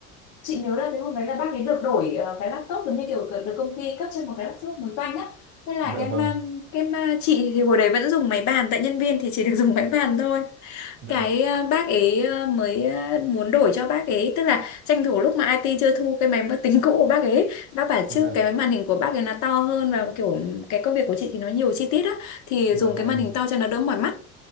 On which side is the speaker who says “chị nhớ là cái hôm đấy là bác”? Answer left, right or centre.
Left